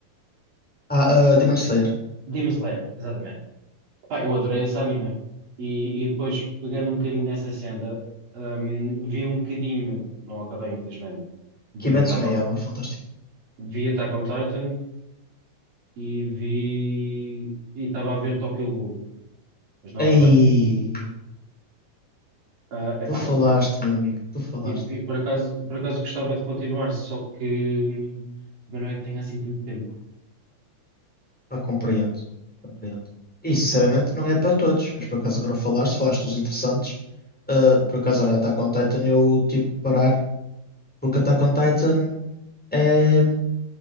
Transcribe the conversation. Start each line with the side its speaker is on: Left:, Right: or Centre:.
Centre: Ah, ah, Demon Slayer.
Right: Demon Slayer, exatamente. Pá, eu adorei esse anime. E, e depois, pegando um bocadinho nessa senda, hum, vi um bocadinho, não acabei infelizmente, de
Centre: Kimetsu
Right: Attack
Centre: no
Right: on,
Centre: Yaiba, fantástico.
Right: vi Attack on Titan e vi, e estava a ver Tokyo Ghoul, mas não
Centre: Ei,
Right: acabei. Ah, epá,
Centre: tu falaste,
Right: e,
Centre: meu amigo, tu falaste.
Right: e, e por acaso, por acaso gostava de continuar, só que hum, também não é que tenha assim tanto tempo.
Centre: Ah, compreendo, compreendo. E sinceramente
Right: Lá está.
Centre: não é para todos, mas por acaso agora falaste, falaste dos interessantes. Ah, por acaso, olha, Attack on Titan eu tive que parar, porque Attack on Titan é,